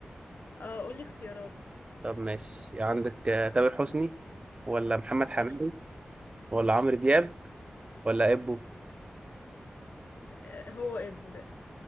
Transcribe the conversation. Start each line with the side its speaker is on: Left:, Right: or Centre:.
Left: آه، قولي اختيارات
Right: طب ماشي عندك آه، تامر حسني ولا محمد حميد
Left: ماشي
Right: ولا عمرو دياب ولا ابو
Left: آه هو إبو ده